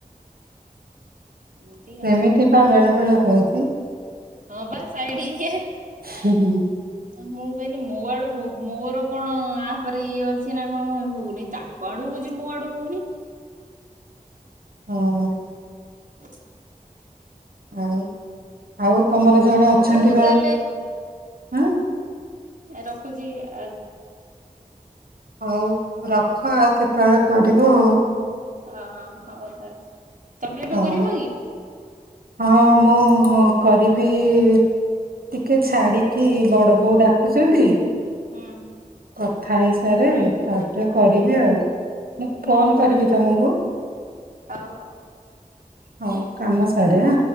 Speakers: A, on the right (about 60°); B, on the right (about 85°).
A: ଏମିତି
B: ସେମିତି
A: ଆଉ
B: ବା ବେଳେ ସେଭଳିଆ ହଉଛି।
A: ହଁ ବାସ୍ ସାଇଡ ଇଏ
B: ହୁଁ
A: ମୁଁ କହନି ମୋ ଆଡୁ ହଉ ମୋର କଣ ଆପରେ ଇଏ ଅଛି ନା କଣ ହଉନି ତାଙ୍କ ଆଡୁ ହଉଛି ମୋ ଆଡୁ ହଉନି।
B: ହଁ
A: <inaudible>
B: ଆଉ ଆଉ ତମର
A: ହଁ
B: ଜଣେ ଅଛନ୍ତି
A: ହଉ
B: ବା
A: ତାହେଲେ
B: ଆଁ
A: ରଖୁଛି ଆ
B: ହଉ ରଖ ଆଉ କେତେବେଳେ କରିବୁ ଆଉ
A: ହଁ ହଉ ତାହାଲେ ତମେ ଏବେ
B: ଆଉ
A: କରିବ କି?
B: ହଁ ମୁଁ କରିବି ଟିକେ ଛାଡିକି ବଡ ବୋଉ ଡାକୁଛନ୍ତି।
A: ହଁ
B: କଥା ହେଇସାରେ ତାପରେ କରିବି ଆଉ ମୁ ଫୋନ୍ କରିବି
A: ହଁ।
B: ତୁମକୁ?
A: ହଉ ହଉ।
B: ହଉ କାମ ଆରେଆ